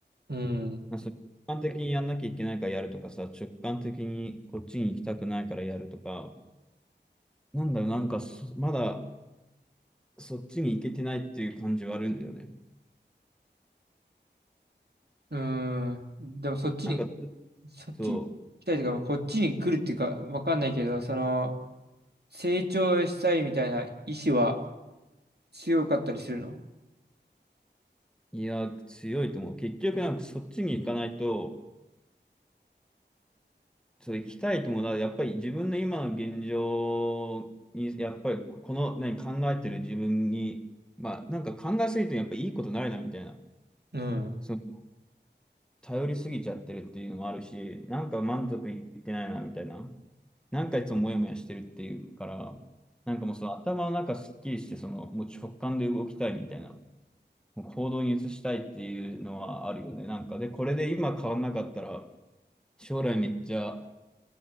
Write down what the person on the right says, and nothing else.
うん、
うーん、でもそっちに、
そっちに行きたいとか、
まあこっちに来るっていうか、わかんないけど、その、成長したいみたいな意志は強かったりするの
うん。